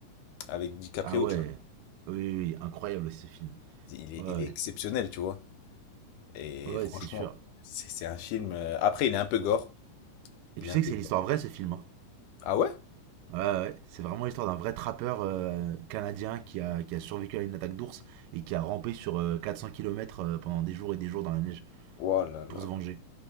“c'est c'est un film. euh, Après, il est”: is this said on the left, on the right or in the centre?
Left